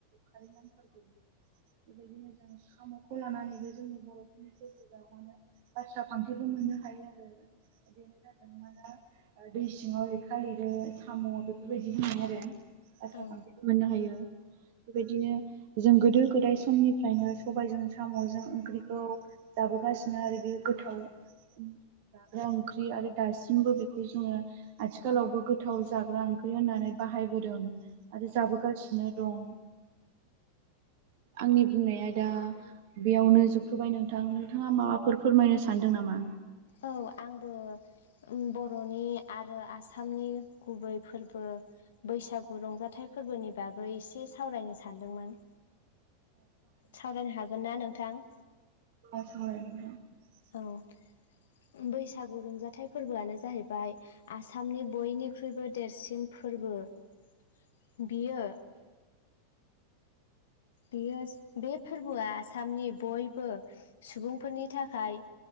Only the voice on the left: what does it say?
औ
औ
औ आंबो बर'नि आरो आसामनि गुबै फोरबो बैसागु रंजाथाइ फोरबोनि बागै एसे सावरायनो सानदोंमोन सावरायनो हागोन ना नोंथां?
औ बैसागु रंजाथाइ फोरबोआनो जाहैबाय आसामनि बयनिख्रुइबो देरसिन फोर्बो फोर्बो बियो बेयो बे फोर्बोआ आसामनि बयबो सुबुंफोरनि थाखाय